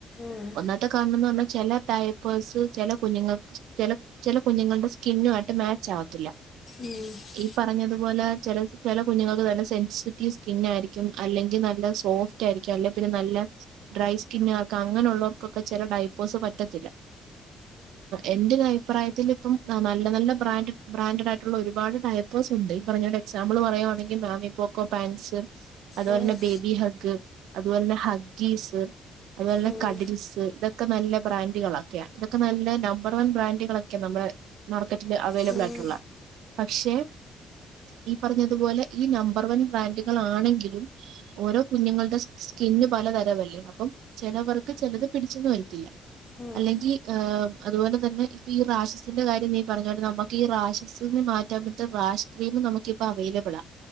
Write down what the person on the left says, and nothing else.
ഉം
ഉം
ഉം
ഉം
ഉം
ഉം